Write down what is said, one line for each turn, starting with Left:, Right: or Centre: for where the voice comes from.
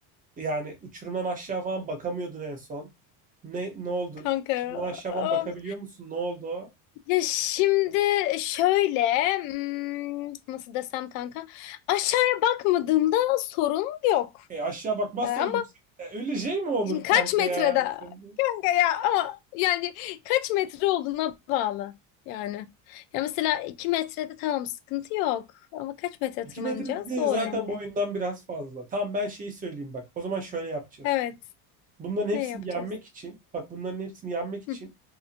Right: Yani uçurumdan aşağı falan bakamıyordun en son. Ne ne oldu?
Left: Kanka.
Right: Uçurumdan aşağı
Left: of.
Right: falan bakabiliyor musun? Ne oldu? o?
Left: Ya şimdi şöyle hmm, nasıl desem kanka aşağıya bakmadığımda sorun yok.
Right: E aşağı bakmazsan
Left: Ee, Ama
Right: yüksek E, öyle şey mi olur
Left: Şimdi
Right: kanka
Left: kaç metrede
Right: ya? Sen de-
Left: kanka ya ama yani kaç metre olduğuna bağlı yani. Ya mesela iki metrede tamam sıkıntı yok ama kaç metre
Right: İki
Left: tırmanacağız
Right: metre dediğin
Left: o
Right: zaten
Left: önemli.
Right: boyundan biraz fazla. Tamam ben şeyi söyleyeyim bak. O zaman şöyle yapacağız.
Left: Evet
Right: Bunların hepsini
Left: ne yapacağız?
Right: yenmek için, bak bunların hepsini yenmek için
Left: Hı,